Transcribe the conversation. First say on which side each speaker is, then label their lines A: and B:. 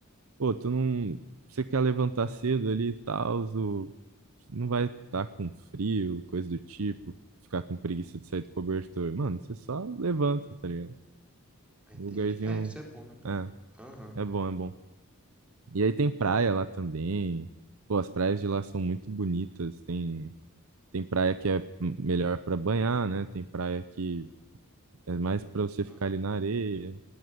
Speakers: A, on the right; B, in the centre.
A: pô, tu não. Você quer levantar cedo ali e tal, o- não vai estar com frio, coisa do tipo, ficar com preguiça de sair do cobertor. Mano, você só levanta, tá ligado?
B: Ah, entendi.
A: Um Lugarzinho.
B: É, isso é bom, né?
A: É,
B: Aham,
A: é bom, é bom. E aí tem praia lá também. Pô, as praias de lá são muito bonitas. Tem. Tem praia que é melhor para banhar, né? Tem praia que é mais para você
B: aham.
A: ficar ali na areia